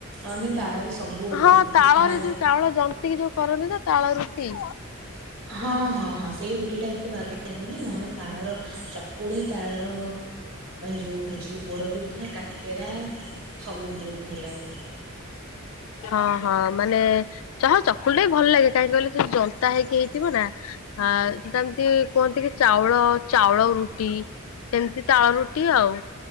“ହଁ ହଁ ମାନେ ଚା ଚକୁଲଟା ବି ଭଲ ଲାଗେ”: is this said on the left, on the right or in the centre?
Left